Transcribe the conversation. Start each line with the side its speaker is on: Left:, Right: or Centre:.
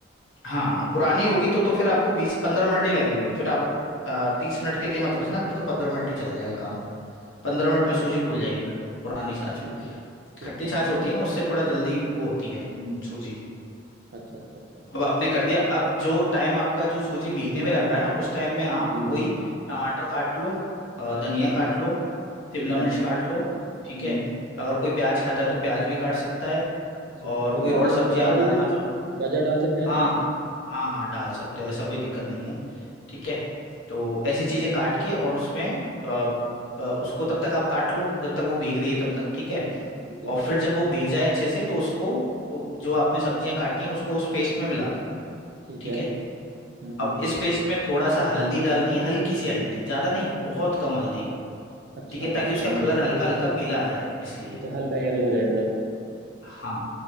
Left: हाँ पुरानी होगी तो तो फिर आपको बीस पंद्रह मिनट ही लगेंगे फिर आप तीस मिनट के लिए मत रखना फिर तो पंद्रह मिनट ही चल जाएगा काम पंद्रह
Right: अच्छा
Left: मिनट में सूजी फूल जाएगी फिर तो पुरानी छाछ में
Right: ठीक ठीक
Left: खट्टी
Right: है
Left: छाछ होती है ना उससे थोड़ा जल्दी वो होती है
Right: हम्म
Left: सूजी
Right: अच्छा अच्छा अच्छा ठीक
Left: अब आपने कर दिया
Right: है
Left: अब जो टाइम आपका जो सूजी भीगने में लग रहा है ना उस टाइम में आप
Right: हाँ जी हाँ
Left: वही
Right: जी
Left: टमाटर काट लो अ, धनिया
Right: अच्छा
Left: काट लो शिमला
Right: ठीक है
Left: मिर्च काट लो
Right: हम्म
Left: ठीक है अगर कोई प्याज खाता है तो प्याज भी काट सकता है
Right: अच्छा
Left: और
Right: और
Left: कोई
Right: गाजर
Left: और सब्जी
Right: गाजर
Left: आप डालना
Right: भी
Left: चाहो
Right: गाजर डाल सकते हैं
Left: हाँ
Right: इसमें
Left: हाँ हाँ हाँ डाल सकते हो ऐसा कोई दिक्कत
Right: हम्म,
Left: नहीं है ठीक है तो ऐसी चीजें काट के और उसमें
Right: हम्म,
Left: अ, अ, उसको तब तक आप काट लो जब तक वो भीग रही
Right: ठीक
Left: है तब
Right: है
Left: तक ठीक है
Right: हाँ ठीक है
Left: और फिर जब वो भीग जाए अच्छे से तो उसको वो जो आपने सब्जियां काटी हैं उसको उस पेस्ट में मिला दो
Right: ठीक
Left: ठीक
Right: है
Left: है
Right: हम्म
Left: अब
Right: हम्म,
Left: इस पेस्ट में थोड़ा सा हल्दी डालनी है हल्की सी हल्दी ज्यादा नहीं बहुत कम हल्दी
Right: अच्छा
Left: ठीक है ताकि
Right: मामूली
Left: उसका कलर
Right: सी
Left: हल्का हल्का पीला आ जाए इसलिए
Right: अच्छा हल्का येलो हो जाए कलर
Left: हाँ